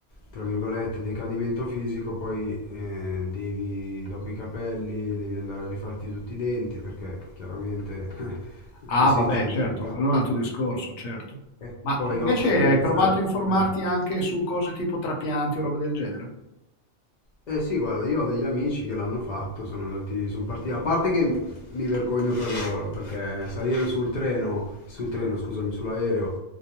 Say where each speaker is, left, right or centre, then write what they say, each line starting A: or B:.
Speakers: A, on the left; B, on the left.
A: tra virgolette decadimento fisico, poi eh, devi dopo i capelli devi andare a rifarti tutti i denti perché chiaramente <laughs>
B: Ah,
A: così
B: vabbè,
A: ti
B: certo,
A: rifa
B: quello è un altro discorso, certo.
A: e
B: Ma
A: poi
B: invece
A: dopo devi
B: hai
A: iniziare
B: provato
A: a-
B: a informarti
A: eh.
B: anche su cose tipo trapianti o robe del genere?
A: Eh sì, guarda, io ho degli amici che l'hanno fatto, sono andati, sono partiti, a parte che mi vergogno per loro, perché salire sul treno, sul treno, scusami, sull'aereo,